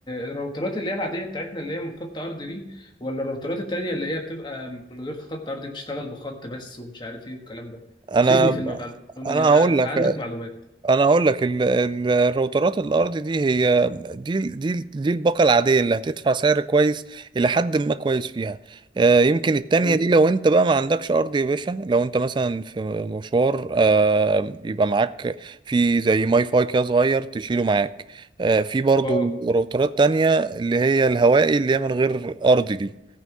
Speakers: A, on the left; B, on the right.
A: آه، الراوترات اللي هي العاديه بتاعتنا اللي هي من خط ارضي دي ولا الراوترات التانيه اللي هي بتبقى من غير خط ارضي بتشتغل بخط بس ومش عارف ايه والكلام ده
B: انا
A: فيدني في المعلومه
B: انا
A: دي انا
B: هقول
A: انت
B: لك
A: عندك معلومات
B: انا هقول لك ال- ال- الراوترات الارضي دي هي دي دي دي الباقه العاديه اللي هتدفع سعر كويس الى حد ما كويس فيها آه، يمكن التانية
A: مم.
B: دي لو انت بقى ما عندكش ارض يا باشا لو انت مثلا في مشوار آه، يبقى معاك في زي ماي فاي كده صغير تشيله معاك آه، في برضو
A: اه
B: راوترات تانية اللي هي الهوائي اللي هي من غير ارض دي